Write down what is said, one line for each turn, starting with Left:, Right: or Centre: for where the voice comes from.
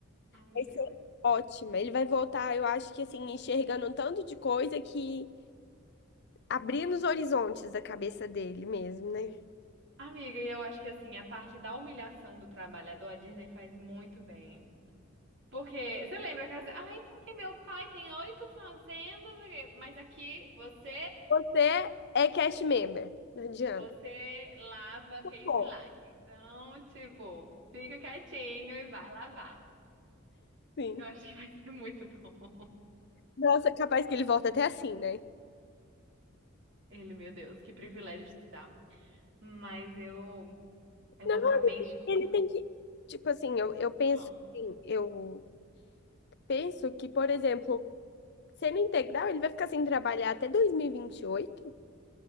Right: Amiga,
Left: Vai ser
Right: mas-
Left: ótima. Ele vai voltar, eu acho que assim, enxergando um tanto de coisa que abrindo os horizontes da cabeça dele mesmo, né?
Right: amiga, eu acho que assim, a parte da humilhação do trabalhador, a Disney faz muito bem. Porque você lembra que assim, ai, porque meu pai tem oito fazendas, aqui", mas aqui você,
Left: Você é cast member, não adianta.
Right: você lava case
Left: Pô,
Right: line. Então, tipo, fica quietinho e vai lavar.
Left: Sim.
Right: Eu acho que <laughs> vai ser muito bom.
Left: Nossa, capaz que ele volta até assim, né?
Right: Ele, meu Deus, que privilégio estudar. Mas eu, eu
Left: Não,
Right: vou ficar bem
Left: amiga,
Right: chocada.
Left: ele tem que. Tipo assim, eu, eu penso
Right: Ah.
Left: assim, eu penso que, por exemplo, sendo integral, ele vai ficar sem trabalhar até dois mil e e vinte e oito